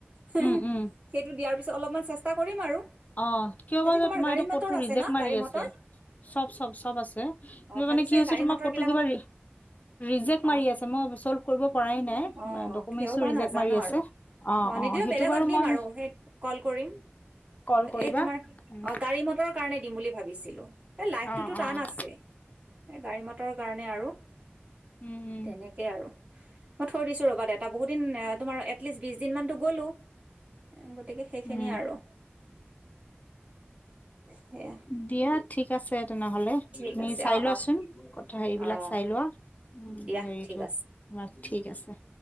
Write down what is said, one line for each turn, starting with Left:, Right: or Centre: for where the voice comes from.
Right: হে
Left: উম
Right: হৈ
Left: উম
Right: সেইটো তাৰ পিছত অলপমান চেষ্টা কৰিম আৰু
Left: অ' কিয়
Right: তাতে
Left: বা তোমাৰ
Right: গাড়ী
Left: এইটো
Right: মটৰ
Left: কোডটো
Right: আছে
Left: ৰিজেক্ট
Right: ন
Left: মাৰি
Right: গাড়ী
Left: আছে।
Right: মটৰ
Left: চব-চব-চব আছে কিন্তু
Right: অ ভাবিছো
Left: মানে কি
Right: এই
Left: হৈছে
Right: গাড়ী
Left: তোমাৰ
Right: মটৰ
Left: কোডটো
Right: বিলাকত
Left: কিবা ৰিজেক্ট
Right: অ
Left: মাৰি আছে। মই ছ'লৰ্ভ কৰিব পৰাই নাই
Right: অ
Left: ডকুমেণ্টছো
Right: কিয় বা
Left: ৰিজেক্ট
Right: নাজানো
Left: মাৰি আছে
Right: আৰু
Left: অ', -অ'
Right: নিদিলেও
Left: সেইটো
Right: বেলেগত
Left: বাৰু
Right: দিম
Left: মই
Right: আৰু সেই কল কৰিম
Left: কল কৰিবা।
Right: এই তোমাৰ অ'
Left: উম।
Right: গাড়ী, মটৰৰ কাৰণে দিম বুলি ভাবিছিলো। এই লাইফটোতো
Left: অ', অ',
Right: টান আছে গাড়ী মট কাৰণে আৰু
Left: উম-উম।
Right: তেনেকেই আৰু মই থৈ দিছো ৰ'বা দে এটা বহুত দিন তোমাৰ এটলিষ্ট বিশ দিন মানতো গ'লো। এ, গতিকে সেইখিনি
Left: উম
Right: আৰু সেয়া
Left: দিয়া ঠিক <unintelligible> তেনেহ'লে
Right: ঠিক
Left: তুমি
Right: আছে
Left: চাই
Right: অ'
Left: লোৱাচোন
Right: অ'
Left: কথা হেৰিবিলাক
Right: অ'
Left: চাই লোৱা হেৰিটো
Right: দিয়া ঠিক আছে
Left: তোমাৰ ঠিক আছে।